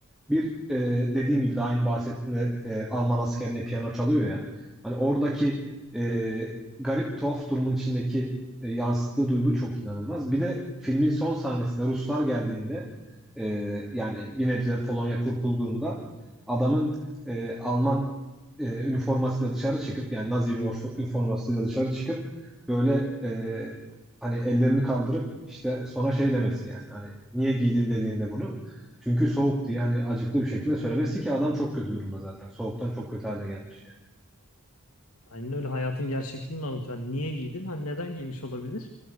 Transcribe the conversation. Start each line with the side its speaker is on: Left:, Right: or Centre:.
Centre: Bir e, dediğim gibi de aynı bahsettiğimde e, Alman askerine piyano çalıyor ya. Hani oradaki e, garip tuhaf durumun içindeki e, yansıttığı duygu çok inanılmaz. Bir de filmin son sahnesinde Ruslar geldiğinde e, yani bir nebze Polonya kurtulduğunda adamın e, Alman e, üniformasıyla dışarı çıkıp yani Nazi ünifor- üniformasıyla dışarı çıkıp böyle e, hani ellerini kaldırıp işte sonra şey demesi yani hani niye giydin dediğinde bunu çünkü soğuk diye hani acıklı bir şekilde söylemesi ki adam çok kötü durumda zaten. Soğuktan çok kötü hale gelmiş yani.
Left: Aynen öyle hayatın gerçekliğini anlatıyor. Hani niye giydin? Hani neden giymiş olabilir?